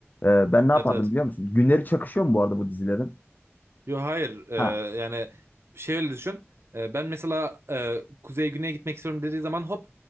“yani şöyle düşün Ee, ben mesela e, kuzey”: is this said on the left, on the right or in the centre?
Right